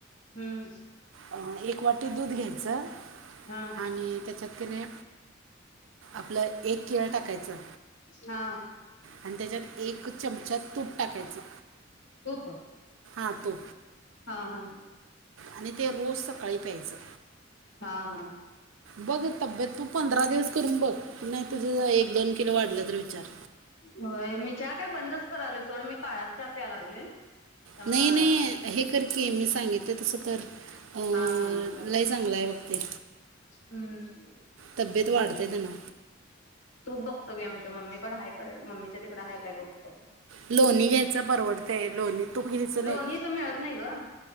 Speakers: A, on the left; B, on the right.
A: हम्म
B: अं एक वाटी दूध घ्यायचं,
A: हा
B: आणि त्याच्यात कने आपलं एक केळ टाकायचं,
A: हा
B: आणि त्याच्यात एक चमचा तूप टाकायचं.
A: तूप,
B: खातो.
A: हा हा
B: आणि ते रोज सकाळी प्यायचं,
A: हा हा
B: बघ तब्येत तू पंधरा दिवस करून बघ नाही, तुझ एक दोन, किलो वाढलं तर विचार
A: हो मी चहा काय बंदच, करालोय सोड मी काळाच चहा प्याय लागलोय. त्यामुळं
B: नाही नाही हे कर की मी सांगितले तसं कर. अं,
A: हा हा चालतय.
B: लय चांगलं आहे बघ ते
A: हम्
B: तब्येत वाढते त्यानं
A: तूप बघतो घे, आमच्या मम्मीकड हाय का. मम्मीच्या तिकड हाय काय बघतो.
B: लोणी घ्यायच परवडतय, लोणी तूप घ्यायच नाही
A: लोणी इथं मिळत नाही ग